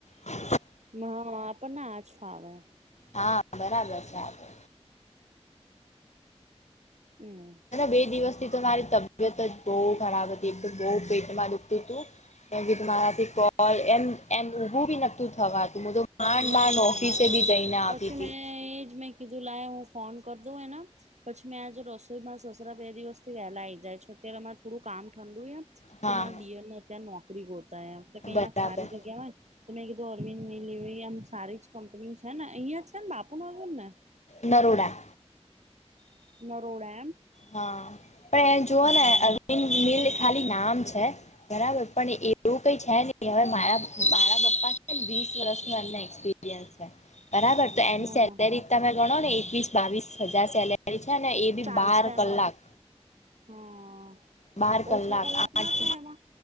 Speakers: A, on the left; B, on the right.
A: હા <inaudible>
B: હ આપણને આચ ફાવે.
A: હા બરાબર છે આે
B: હમ
A: બે દિવસથી તો મારી તબિયત જ બહ ખરાબ હતી એક બહ પેટમાં ડૂખતું હતું. કે કે તુાથી કોલ એમ એમું બી નતું થવા ત તો માંડ
B: ના
A: માંડ
B: ના
A: ઓફિસે
B: ના સાચું
A: બી જઈને આવતી
B: પછી
A: હતી
B: મેં એજ મેં કીધું લ હ. ફોન કર દો એના પછી મેં આજ રસોઈમાંસ બે દિવસથી વહેલા આઈ જાય છે, અત્યારે અમારે થોડું કામ ઠંડુ એમ
A: હા
B: તો મારા દિને અત નો બોતા તો કહી
A: બરાબર
B: આપ સારી જગ્યા હોય તો મે એકો અરવિંદ મલીીમ સારી જ કંપની. છે ને અહં છે ને બાપુ વગર ને
A: નરોડા.
B: નરોડા એમ.
A: હા પણ એ જોુઓ
B: હા
A: ને અન મિલ ખાલી નામ છે બરાબર. પણ એવું કઈ છે નહી હવે મારા મારા પપ્પા છે ને વીસ વર્ષ ન એનાય એપીન્ છે. બરાબર તો એની
B: હા
A: સેલેરી
B: હા
A: તમે ગણો ને એકવીસ બાવીસ હજાર સેલેરી છે ને એ બી
B: ચાલશે
A: બાર કલાક
B: એમાં હા
A: બાર કલાક
B: ઓછા
A: આઠ.
B: ના થાય એમાં